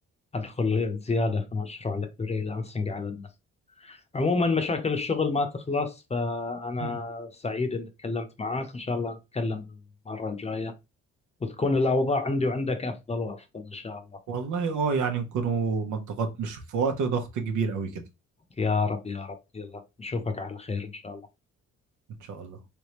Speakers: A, on the left; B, on the right.
A: أدخل زيادة في مشروع الفريلانسنج على النت عموما مشاكل الشغل ما تخلص فأنا
B: مم.
A: سعيد إني تكلمت معاك إن شاء الله نتكلم المرة الجاية وتكون الأوضاع عندي وعندك أفضل وأفضل إن شاء الله
B: والله اه يعني نكونوا ما اتضغط مش في وقت ضغط كبير قوي كده
A: يا رب يا رب يلا نشوفك على خير إن شاء الله
B: إن شاء الله